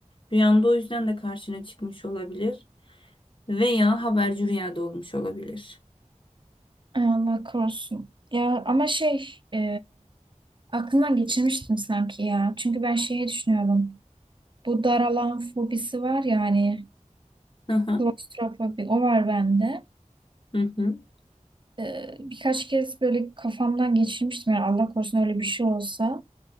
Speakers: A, on the left (about 40°); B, on the right (about 40°).
A: Rüyanda o yüzden de karşına çıkmış olabilir. veya haberci rüyada olmuş olabilir.
B: Ay Allah korusun. Ya ama şey e, aklımdan geçirmiştim sanki ya. Çünkü ben şeyi düşünüyordum. Bu daralan fobisi var ya hani
A: Hı hı.
B: Klostrofobi o var bende.
A: Hı hı.
B: Ee, birkaç kez böyle kafamdan geçirmiştim yani Allah korusun öyle bir şey olsa.